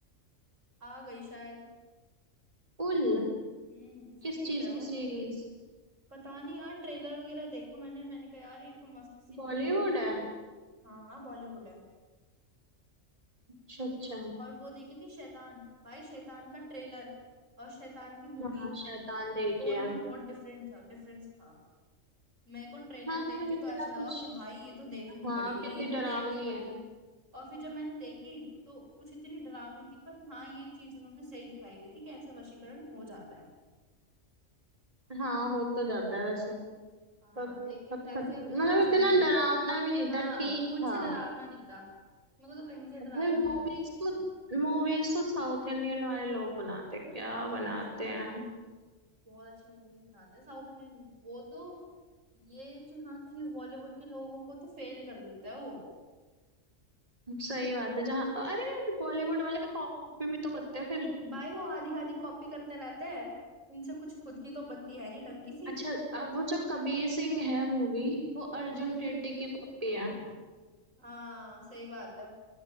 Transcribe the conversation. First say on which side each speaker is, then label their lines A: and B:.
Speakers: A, on the right; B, on the right.
A: आ गई शायद
B: भूल
A: हम्म सीरीज
B: किस चीज
A: है
B: की
A: वो
B: सीरीज
A: पता नहीं यार ट्रेलर वगैरह देखा मैंने मैंने कहा यार ये तो मस्त सी लग
B: बॉलीवुड
A: रही है
B: है
A: हाँ हाँ बॉलीवुड है
B: अच्छा अच्छा
A: और वो देखी थी शैतान भाई शैतान का ट्रेलर और शैतान की मूवी
B: हाँ शैतान देखिए
A: दोनों में बहुत डिफरेंट था डिफरेंस था मेरे को ट्रेलर
B: हाँ मतलब
A: देख के
B: इतना
A: तो ऐसा लगा
B: कुछ
A: कि भाई ये तो देखनी
B: हाँ
A: पड़ेगी
B: कितनी
A: ये तो देखनी
B: डरावनी
A: पड़ेगी
B: है
A: और फिर जब मैंने देखी तो कुछ इतनी डरावनी थी पर हाँ ये चीज उन्होंने सही दिखाई हुई थी कि ऐसे वशीकरण हो जाता है
B: हाँ हो तो जाता है वैसे
A: हाँ
B: पर
A: लेकिन
B: पर-
A: वैसे
B: पर- मतलब
A: मुझे पसंद
B: इतना
A: नहीं आई
B: डरावना भी नहीं
A: हाँ
B: था ठीक
A: कुछ
B: था
A: डरावना नहीं था मेरे को तो कहीं से डरावनी
B: और फिर मूवीज
A: नहीं लगी
B: तो मूवीज तो साउथ इंडियन वाले लोग बनाते क्या
A: यार
B: बनाते
A: सही
B: हैं
A: में बहुत अच्छी मूवीज बनाते हैं साउथ इंडियन वो तो ये जो हाँ कि बॉलीवुड के लोगों को तो फेल कर देता है वो
B: सही बात है जहाँ अरे बॉलीवुड वाले कॉपी भी तो करते हैं फिर
A: भाई वो आधी आधी कॉपी करते रहते हैं इनसे कुछ खुद की तो बनती है नहीं ढंग की सी
B: अच्छा अब वो जो कबीर सिंह है मूवी वो अर्जुन
A: हम्म
B: रेड्डी की कॉपी है
A: हाँ सही बात है